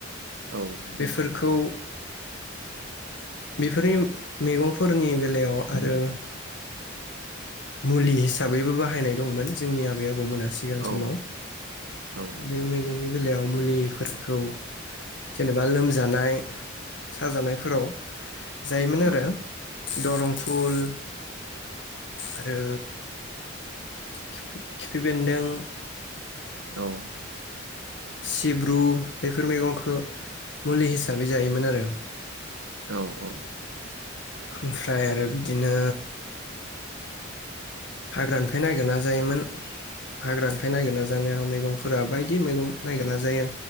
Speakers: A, on the right; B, on the left.
A: औ
B: बेफोरखौ बेफोरनि मैगंफोरनि बेलायाव आरो मुलि हिसाबैबो बाहायनाय दंमोन जोंनि आबै आबौ मोना सिगां
A: औ
B: समाव
A: औ
B: बे बेलायाव मुलिफोरखौ जेनेबा लोमजानाय साजानायफोराव जायोमोन
A: औ
B: आरो दरं फुल आरो खिफि खिफि बेन्दों
A: औ
B: सिब्रु बे फोर मैगंखौ मुलि हिसाबै बै जायोमोन आरो
A: औ औ
B: ओमफ्राय आरो बिदिनो हाग्रानिफ्राय नागिरना जायोमोन हाग्रानिफ्राय नागिरना जानायाव मैगंफोरा बायदि मैगं नागिरना जायो